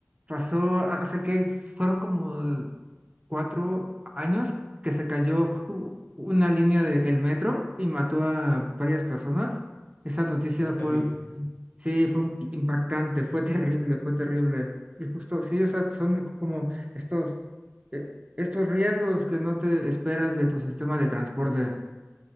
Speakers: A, on the right; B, on the left.
A: pasó a- hace que fueron como cuatro años que se cayó u- una línea del metro y mató a varias personas. Esa noticia
B: Sí, fue
A: fue,
B: terrible.
A: sí, fue un- impactante, fue terrible, fue terrible. Y justo, sí, o sea, son como estos, eh, estos riesgos que no te esperas de tu sistema de transporte,